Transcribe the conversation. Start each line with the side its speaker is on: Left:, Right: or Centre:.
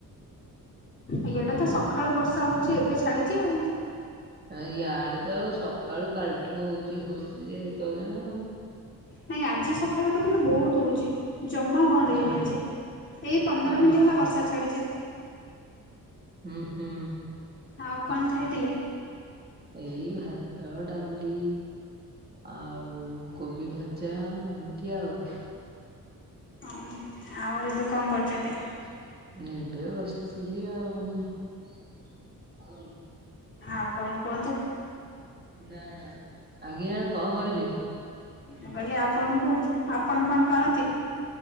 Left: ଏଇଟା ତ ସକାଳୁ ବର୍ଷା ହଉଛି ଏବେ ଛାଡିଛି ଆଉ
Right: ଆ ୟାଡେ ତ ସକାଳୁ କାଲଠୁ ହଉଚ ହଉଛି ଯେ ଏତେବେଳେ ଯାଏଁ।
Left: ନାଇଁ ଆଜି ସକାଳୁ ତ କିନ୍ତୁ ବହୁତ ହଉଛି। ଜମା ବନ୍ଦ
Right: ଆଉ।
Left: ହେଇନି ଆଜି ଏଇ ପନ୍ଦର
Right: ଓହୋ ଓହୋ
Left: ମିନିଟ୍ ହେଲା ବର୍ଷା ଛାଡ଼ିଛି।
Right: ହୁଁ ହୁଁ।
Left: ଆଉ କଣ ଖାଇଥିଲେ?
Right: ଏଇ ଭାତ ଡାଲି। ଆଉ କୋବି ଭଜା ଏମିତି ଆଉ
Left: ହଁ ଆଉ ଏବେ
Right: <inaudible>
Left: କଣ କରୁଛନ୍ତି?
Right: ଏବେ ବସିଥିଲି ଆଉ
Left: ଆଉ କଣ କୁହନ୍ତୁ?
Right: ନା ନା ଆଜ୍ଞା କଣ କହିଲି?
Left: ମୁଁ କହିଲି ଆଉ କଣ କୁହନ୍ତୁ, ଆପଣ କଣ କରନ୍ତି?